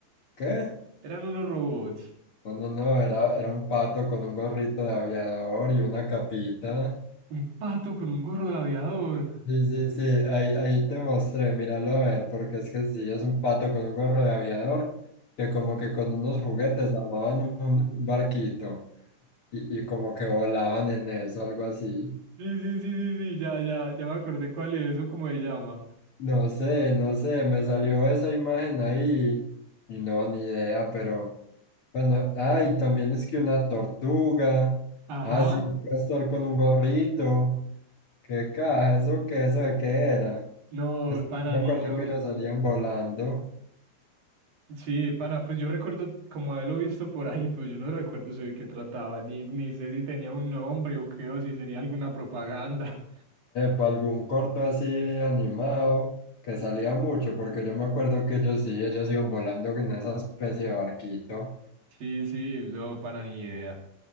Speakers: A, on the left; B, on the right.
A: ¿Qué?
B: eran unos robots,
A: No, no, no, era, era un pato con un gorrito de aviador y una capita.
B: un pato con un gorro de aviador.
A: Sí, sí, sí, ahí, ahí te mostré, míralo a ver, porque es que sí, es un pato con un gorro de aviador que como que con unos juguetes armaban un un barquito y, y como que volaban en eso, algo así.
B: Sí, sí, sí, sí, sí, ya, ya, ya me acordé cuál es, eso cómo se llama.
A: No sé, no sé, me salió esa imagen ahí y no, ni idea, pero bueno, ay, también es que una tortuga,
B: Ajá,
A: ah, sí, un castor con un gorrito, qué caja, eso qué, eso de qué era,
B: no,
A: Eso,
B: pana,
A: me
B: ni
A: acuerdo
B: yo.
A: que nos salían volando,
B: Sí, pana, pues yo recuerdo como haberlo visto por ahí, pero yo no recuerdo eso de qué trataba, ni, ni sé si tenía un nombre o qué, o si sería alguna propaganda.
A: para algún corto así animado, que salía mucho, porque yo me acuerdo que ellos sí, ellos iban volando en esa especie de barquito,
B: Sí, sí, no, pana, ni idea.